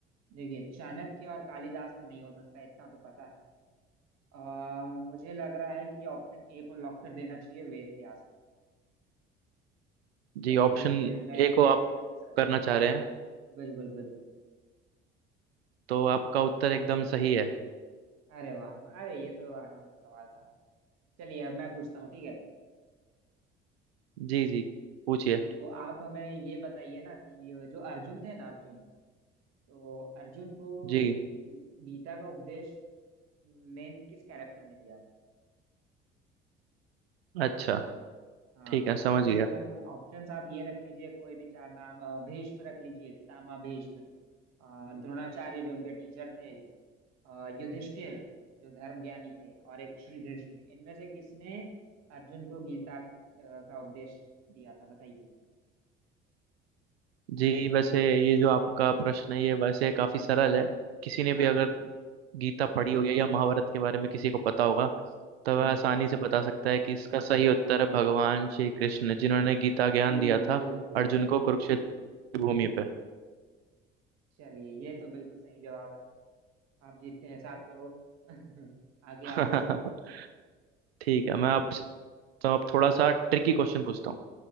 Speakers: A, on the right (about 60°); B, on the right (about 80°).
A: देखिए चाणक्य और कालिदास तो नहीं हो सकता इतना तो पता है आ, मुझे लग रहा है कि ऑप्शन ए को लॉक कर देना चाहिए वेद व्यास को
B: Ji
A: चलिए
B: option
A: ठीक है फिर मैं
B: A को
A: वेद
B: आप
A: व्यास के साथ जाता
B: करना
A: हूँ
B: चाह रहे हैं
A: बिल्कुल बिल्कुल
B: तो आपका उत्तर एकदम सही है
A: अरे वाह अरे ये तो आसान सा सवाल था चलिए अब मैं पूछता हूँ ठीक है
B: जी जी पूछिए
A: तो आप हमें ये बताइए ना कि जो अर्जुन थे ना अर्जुन तो अर्जुन को
B: जी
A: गी- गीता का उपदेश मेन किस कैरेक्टर ने दिया था
B: अच्छा
A: हाँ
B: ठीक है
A: ऑप्शंस
B: समझ गया
A: ऑप्शंस आप ये रख लीजिए कोई भी चार नाम अ, भीष्म रख लीजिए पितामह भीष्म अ, द्रोणाचार्य जो उनके टीचर थे अ, युधिष्ठिर जो धर्म ज्ञानी थे और एक श्री कृष्ण इनमें से किसने अर्जुन को गीता की, अ, का उपदेश दिया था बताइए
B: जी वैसे ये जो आपका प्रश्न है ये वैसे काफी सरल है किसी ने भी
A: हाँ
B: अगर
A: हाँ
B: गीता पढ़ी होगी या महाभारत के बारे में किसी को पता होगा तो
A: हाँ
B: वह आसानी से बता सकता है कि इसका सही उत्तर है भगवान श्री कृष्ण जिन्होंने गीता ज्ञान
A: जी
B: दिया था
A: बिल्कुल
B: अर्जुन
A: बिल्कुल
B: को कुरुक्षेत्र की भूमि पे
A: चलिए ये तो बिल्कुल सही जवाब है आप जीतते हैं सात करोड़ <laughs> आगे
B: <laughs>
A: आप पूछिए
B: ठीक है मैं आपसे तो आप थोड़ा सा ट्रिकी क्वेश्चन पूछता हूँ